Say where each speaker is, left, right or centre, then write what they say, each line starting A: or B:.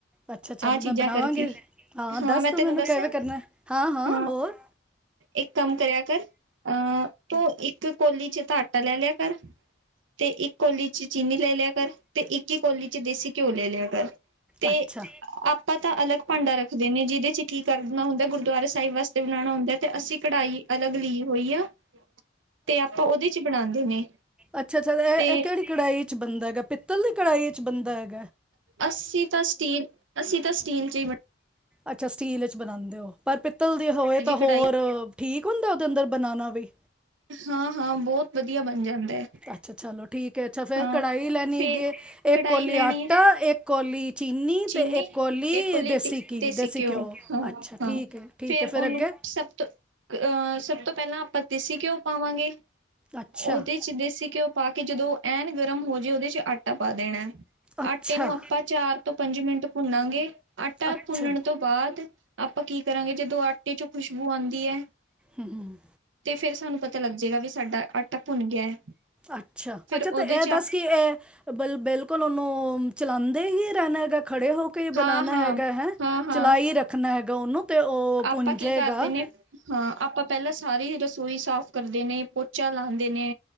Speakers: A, in the centre; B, on the right.
A: ਅੱਛਾ ਚੱਲ
B: ਆਹ
A: ਮੈਂ
B: ਚੀਜ਼ਾਂ
A: ਬਣਾਵਾਂਗੇ
B: ਕਰਕੇ
A: ਦੱਸ
B: ਹਾਂ ਮੈਂ
A: ਤੂੰ
B: ਤੈਨੂੰ
A: ਮੈਨੂੰ
B: ਦੱਸਾਂ
A: ਕਿਵੇਂ ਕਰਨਾ ਹੈ।
B: ਹਾਂ
A: ਹੋਰ
B: ਇੱਕ ਕੰਮ ਕਰਿਆ ਕਰ ਅਹ ਤੂੰ ਇੱਕ ਕੋਲੀ ਚ ਤਾਂ ਹੱਟ ਲੈ ਕਰ ਤੇ ਇੱਕ ਕੋੌਲੀ ਚ ਚੀਨੀ ਲੈ ਲਿਆ ਕਰ ਤੇ ਇੱਕ ਹੀ ਕੋੌਲੀ ਚ ਦੇਸੀ ਘਿਓ ਲੈ ਲਿਆ ਕਰ ਤੇ
A: ਅੱਛਾ।
B: ਆਪਾਂ ਤਾਂ ਅਲੱਗ ਭਾਂਡਾ ਰੱਖਦੇ ਨੇ ਜਿਹਦੇ ਚ ਕੀ ਕਰਨਾ ਹੁੰਦਾ ਗੁਰਦੁਆਰਾ ਸਾਹਿਬ ਵਾਸਤੇ ਬਣਾਉਣਾ ਹੁੰਦਾ ਤੇ ਅਸੀਂ ਕੜਾਹੀ ਅਲੱਗ ਲੀ ਹੋਈ ਆ ਤੇ ਆਪਾਂ ਉਹਦੇ ਚ ਬਣਾਉਂਦੇ ਨੇ
A: ਅੱਛਾ ਅੱਛਾ ਇਹ
B: ਤੇ
A: ਇਹ ਕਿਹੜੀ ਕੜਾਈ ਚ ਬੰਦਾ ਹੈਗਾ ਪਿੱਤਲ ਦੀ ਕੜਹੀ ਚ ਬੰਦਾ ਹੈ
B: ਅੱਸੀ ਤਾਂ ਸਟੀਨ ਅੱਸੀਂ ਤਾਂ ਸਟੀਨ ਚ ਹੀ ਬਣਾ
A: ਅੱਛਾ ਸਟੀਲ ਚ ਬਣਾਉਂਦੇ ਹੋ ਪਿੱਤਲ ਦੀ ਹੋਵੇ ਤਾਂ
B: ਜੀ ਕਢਾਈ
A: ਹੋਰ ਠੀਕ ਹੁੰਦਾ ਉਹਦੇ ਅੰਦਰ ਬਣਾਉਣਾ ਵੀ
B: ਹਾਂ ਹਾਂ ਬਹੁਤ ਵਧੀਆ ਬਣ ਜਾਂਦਾ ਹੈ
A: ਅੱਛਾ ਚਲੋ ਠੀਕ ਹੈ ਅੱਛਾ ਫੇਰ
B: ਹਾਂ
A: ਕੜਾਹੀ ਲੈਣੀਗੇ
B: ਫੇਰ
A: ਇੱਕ
B: ਕੜਾਹੀ
A: ਕੋਲੀ
B: ਲੈਣੀ
A: ਆਟਾ
B: ਹੈ
A: ਇੱਕ ਕੋਲੀ
B: ਚੀਨੀ
A: ਤੇ ਇੱਕ ਕੋਲੀ
B: ਇਹਲੀ
A: ਘੀ
B: ਦੇਸੀ ਘਿਓ ਹਾਂ
A: ਅੱਛਾ
B: ਹਾਂ
A: ਠੀਕ ਹੈ ਠੀਕ
B: ਫੇਰ
A: ਹੈ
B: ਉਹਨੂੰ
A: ਫਿਰ ਅੱਗੇ
B: ਸਭ ਤੋਂ ਅਹ ਸਭ ਤੋਂ ਪਹਿਲਾਂ ਆਪਾਂ ਘਿਉ ਪਾਵਾਂਗੇ
A: ਅੱਛਾ
B: ਉਹਦੇ ਚ ਦੇਸੀ ਘਿਓ ਪਾ ਕੇ ਜਦੋਂ ਐਨ ਗਰਮ ਹੋ ਜੇ ਉਹਦੇ ਚ ਆਟਾ ਪਾ ਦੇਣਾ ਹੈ
A: ਅੱਛਾ
B: ਆਟੇ ਨੂੰ ਆਪਾਂ ਚਾਰ ਤੋਂ ਪੰਜ ਮਿੰਟ ਭੁੰਨਾਂਗੇ ਆਟਾ
A: ਅੱਛਾ
B: ਭੁੰਨਣ ਤੋਂ ਬਾਅਦ ਆਪਾਂ ਕੀ ਕਰਾਂਗੇ ਜਦੋਂ ਆਟੇ ਚੋਂ ਖੁਸ਼ਬੂ ਆਉਂਦੀ ਹੈ
A: ਹਮ
B: ਤੇ ਫੇਿਰ ਸਾਨੂੰ ਪਤਾ ਲੱਗ ਜਾੇਗਾ ਵੀ ਸਾਡਾ ਆਟਾ ਭੁੰਨ ਗਿਆ ਹੈ
A: ਅੱਛਾ
B: ਫੇਰ
A: ਅੱਛਾ
B: ਉਹਦੇ
A: ਤੇ
B: ਚ
A: ਇਹ ਦੱਸ ਕੀ ਇਹ ਬ ਬਿਲਕੁਲ ਓਨੂੰ ਚਲਾਉਂਦੇ ਹੀ ਰਹਿਣ ਗਾ ਖੜੇ ਹੋ ਕੇ
B: ਹਾਂ
A: ਬਣਾਣਾ
B: ਹਾਂ
A: ਹੈਗਾ ਹੈ
B: ਹਾਂ
A: ਚਲਾਈ
B: ਹਾਂ
A: ਰੱਖਣਾ ਹੈਗਾ ਉਹਨੂੰ ਤੇ ਉਹ
B: ਆਪਾਂ
A: ਪੁੰਜੇਗਾ
B: ਕੀ ਕਰਦੇ
A: ਹਾਂ
B: ਨੇ ਹਾਂ ਆਪਾਂ ਪਹਿਲਾਂ ਸਾਰੀ ਰਸੋਈ ਸਾਫ਼ ਕਰ ਦੇ ਨੇ, ਪੋਚਾ ਲਾਉਂਦੇ ਨੇ।